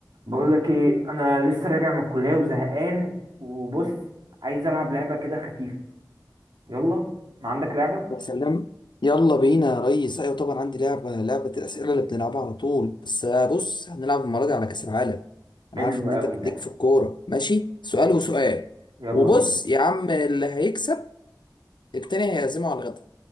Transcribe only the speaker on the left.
يا سلام يلا بينا يا ريس ايوه طبعا عندي لعبه لعبه الاسئله اللي بنلعبها على طول بس آه، بص هنلعب المره دي على كاس العالم انا
عارف ان
انت
ليك في الكوره ماشي سؤال
وسؤال
وبص
يا عم اللي هيكسب التاني هيعزمه على الغدا